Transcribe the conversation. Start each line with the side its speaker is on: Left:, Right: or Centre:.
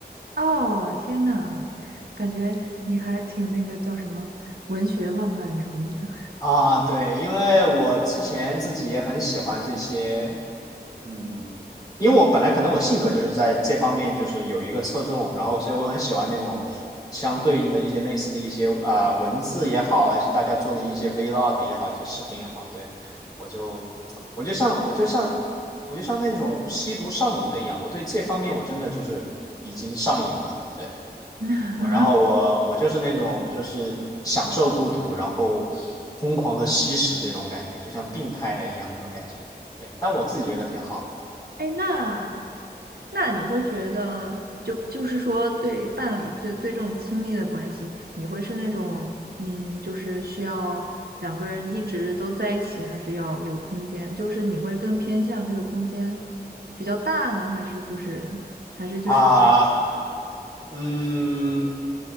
Right: 哦，天呐，感觉你还挺那个叫什么文学浪漫主义的。
Left: 啊，对，因为我之前自己也很喜欢这些，嗯，因为我本来可能我性格就是在这方面就是有一个侧重，然后所以我很喜欢那种相对应的一些类似的一些啊、呃文字也好，还是大家做的一些 vlog 也好，一些视频也好，对，我就我就像我就像我就像那种吸毒上瘾的一样，我对这方面我真的就是已经上瘾了，对，
Right: <laughs>
Left: 我然后我我就是那种就是享受孤独，然后疯狂的吸食这种感觉，就像病态了一样那种感觉，对，但我自己觉得挺好。的。
Right: 哎，那那你会觉得，就就是说，对伴侣，对对这种亲密的关系，你会是那种，嗯，就是需要两个人一直都在一起，还是要有空间？就是你会更偏向这个空间比较大呢，还是就是还是就是，
Left: 啊，嗯，